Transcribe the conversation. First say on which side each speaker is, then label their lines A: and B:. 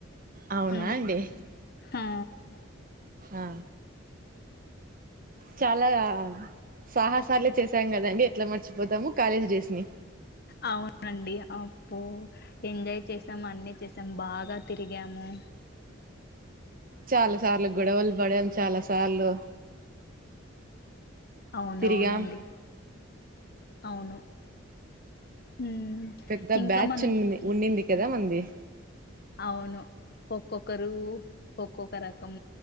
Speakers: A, on the right; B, on the left.
A: అవునా
B: అందుకే
A: అండి
B: హా
A: ఆ చాలా సాహసాలే చేసాం కదండి ఎట్లా మర్చిపోతాము కాలేజ్ డేస్ ని
B: అవునండి అబ్బో ఎంజాయ్ చేసాము అన్నీ చేసాం బాగా తిరిగాము
A: చాలా సార్లు గొడవలు పడాం చాలా సార్లు
B: అవునవునండి
A: తిరిగాం
B: అవును ఉమ్
A: పెద్ద
B: ఇంకా
A: బ్యాచ్
B: మన
A: ఉంనింది ఉంనింద్ కద మంది
B: అవును ఒక్కొక్కరు ఒక్కొక్క రకం